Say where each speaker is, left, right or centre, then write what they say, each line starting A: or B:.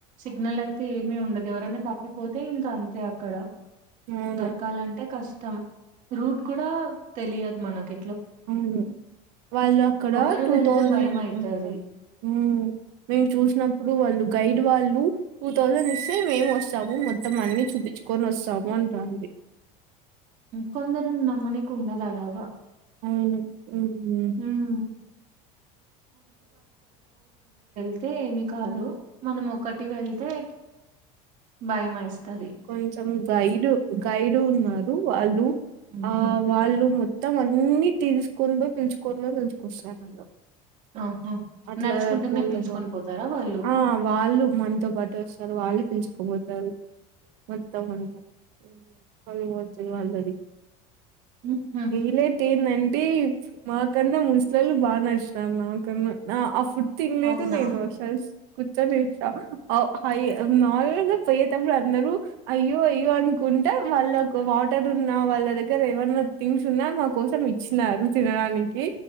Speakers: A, on the right (about 50°); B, on the right (about 70°).
A: సిగ్నల్ అయితే ఏమీ ఉండదు ఎవరనా తప్పిపోతే ఇంకా అంతే అక్కడ.
B: అవును
A: దొరకాలంటే కష్టం రూట్ కూడా తెలియద్. మనకి
B: ఊ వాళ్ళు అక్కడ
A: ఒకరు
B: టూ
A: వెళ్తే
B: థౌజండ్
A: భయం అయితది
B: ఉంటర్ ఉ మేము చూసినప్పుడు వాళ్ళు గైడ్ వాళ్ళు టూ థౌసండ్ ఇస్తే మేమే వస్తాము మొత్తం అన్ని చూపించుకొని వస్తాము అంటారు.
A: కొందరిని నమ్మనీకి ఉండదు అలాగా.
B: అవును హు
A: ఉమ్ అయితే ఏమి కాదు మనం ఒకటి వెళ్తే భయం వేస్తది
B: కొంచెం గైడు గైడ్ ఉన్నారు వాళ్ళు
A: ఉహు
B: ఆ వాళ్ళు మొత్ మొత్తం అన్ని తీసుకొని పోయి పిలుచుకొని పోయి పిలుచుకొస్తరు.
A: ఆహా
B: అట్లా
A: నడుచుకుంటేనే
B: పో
A: పిలుచుకొని
B: పో
A: పోతారా వాళ్ళు
B: ఆ వాళ్ళు మనతో పాటు వస్తారు వాళ్ళే పిలుచుక్ కపోతారు మొత్తం అంతా వాళ్ బోతే వాళ్ దరిక్
A: ఉహు
B: ఈళ్ళయితేందంటె మా కన్నా ముస్లోల్లు బా నచ్చినారు మా కన్నా ఆ ఆ ఫు తిన్లేదు
A: అవునా
B: నేను సస్ కూర్చొని ఇష్ట హై నార్మల్ గా పోయేటప్పుడు అందరూ అయ్యో అయ్యో అనుకుంటే వాళ్ళకు వాటర్ ఉన్నా వాళ్ళ దగ్గర ఏమైన్నా థింగ్స్ ఉన్నా మా కోసం ఇచ్చినారు తినడానికి